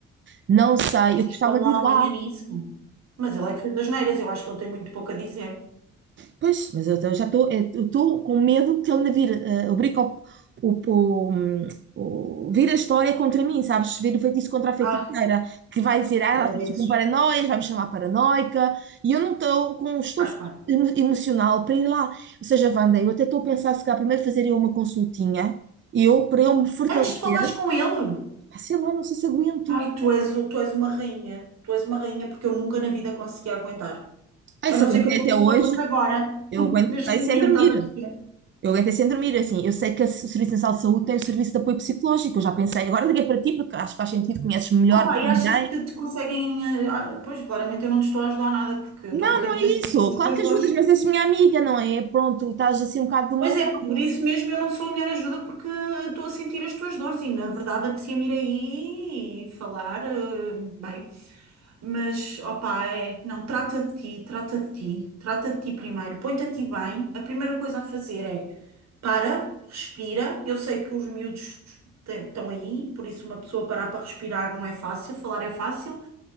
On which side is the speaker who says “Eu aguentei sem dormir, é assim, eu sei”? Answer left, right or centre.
Right